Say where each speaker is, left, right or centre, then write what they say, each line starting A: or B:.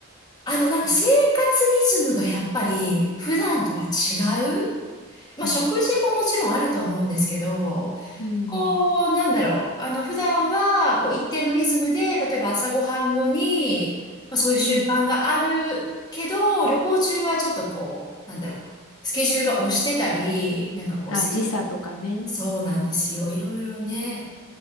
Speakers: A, on the left; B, on the left.
A: あの、なんか生活リズムがやっぱり普段とは違
B: うん。
A: う。まあ、
B: うん。
A: 食事ももちろんあるとは思うんですけど、
B: うん。
A: こう、なんだろう。あの、普段は、こう、一定のリズムで、例えば朝ごはん後に、まあ、そういう習慣があるけど、
B: うん。
A: 旅行中はちょっとこう、なんだろう。スケジュールが押してたり、なんかこう、
B: あ、
A: 生
B: 時差とかね。
A: そうなんですよ。いろいろね、